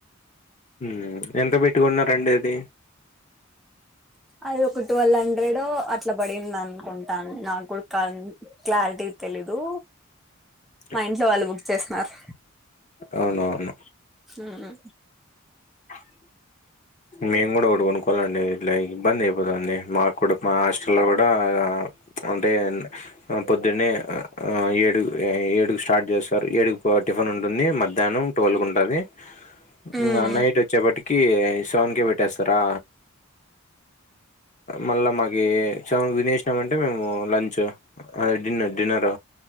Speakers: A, on the left; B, in the centre.
A: మ్ ఎంత పెట్టుకున్నారండి అది?
B: అది ఒక ట్వెల్వ్ హండ్రెడ్ అట్లా పడింద అనుకుంటాను నాకు కూడా కా క్లారిటీ తేలీదు
A: చి
B: మా ఇంట్లో వాళ్ళు బుక్ చేస్కున్నారు
A: అవును అవును
B: మ్హు
A: ఆ మేము కూడా ఓటి కొనుకోవాలండి ఇట్లా ఇబ్బంది అయిపోతుంది మాక్కూడా మా హాస్టల్ లో కూడా అంటే ఆ పొద్దున్నే ఆ ఏడు ఏడు కు స్టార్ట్ చేస్తారు ఏడు కు టిఫిన్ ఉంటుంది మధ్యాహ్నం ట్వల్వ్ కు ఉంటది
B: మ్మ్
A: ఇంగా నైట్ వచ్చేప్పటికి సెవెన్ కి పెట్టేస్తారా? మళ్ళా మాకి సెవెన్ కి తినేసినా మంటే మేము లంచ్ అదే డిన్నర్ డిన్నర్